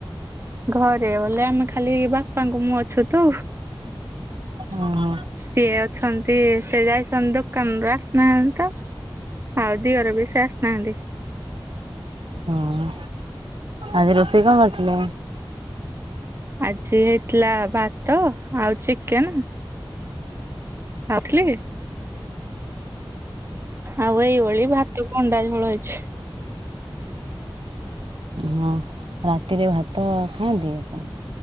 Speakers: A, on the right; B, on the right.
A: ଘରେ ବଲେ ଆମେ ଖାଲି ହେଇିବା। ବାପାଙ୍କୁ ମୁଁ ଅଛୁ ତୁ ସିଏ
B: ଓହୋ।
A: ଅଛନ୍ତି। ସେ ଯାଇସନ୍ ଦୋକାନରୁ ଆସିନାହାନ୍ତି ତ ଆଉ ଦିହର ବି ଆସ ନାହାନ୍ତି
B: ହୁଁ ଆଜି ରୋଷେଇ କଣ କରିଥିଲେ।
A: ଆଜି ହେଇଥିଲା ଭା ତ ଆଉ ଚିକେନ୍ ଆଥିଲି। ଆଉ ଏଇଭଳି ଭାତ ଅଣ୍ଡା ଝୋଳ ହେଇଛି।
B: ହଁ ରାତିରେ ଭାତ ଖାଆନ୍ତି ଆ